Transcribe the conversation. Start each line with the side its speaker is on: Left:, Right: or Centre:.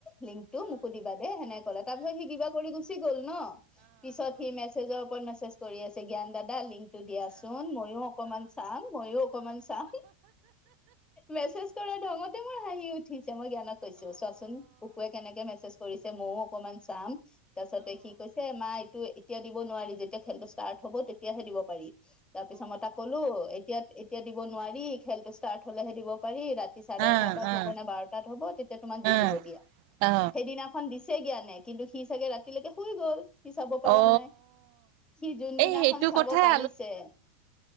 Left: লিংকটো মোকো দিবা দেই লিংকটো সেনেকে কলে, তাৰ পিছত সি কিবা কৰি গুচি গল ন? পিছত সি মেজ জৰ ওপৰত মেছেজ কৰি আছে জ্ঞান দাদা লিংকটো দিয়া চোন মইয়ো অকমান চাম ময়ো অকমান চাম মেছেজ কৰা ঢঙতে মোৰ হাঁহি উঠিল তেতিয়া মই জ্ঞানক কৈছো চোৱাচোন পুপুৱে কেনেকে মেছেজ কৰিছে ময়ো অকনমান চাম। তাৰপিছতে কি কৈছে মা এইটো এতিয়া দিব নোৱাৰি যেতিয়া খেলটো ষ্টাৰ্ট হব তেতিয়াহে দিব পাৰি। তাৰ পিছত মই তাক কলো। এতিয়া এতিয়া দিব নোৱাৰি খেলতটো ষ্টাৰ্ট হলেহে দিব পাৰি ৰা ৰাতি চাৰে
Right: অ অ
Left: এঘাৰটাত
Right: অ
Left: হ'ব নে বাৰটাত হ'ব তেতিয়া তোমাক
Right: অ
Left: দি দিব দিয়া,
Right: অ
Left: সেইদিনাখন দিছে জ্ঞানে। কিন্তু সি চাগে ৰাতিলৈকে শুই গ'ল সি চাব
Right: অ
Left: পৰা নাই। সি যোনদিনাখন
Right: এই সেইটো
Left: চাব
Right: কথাই
Left: পাৰিছে,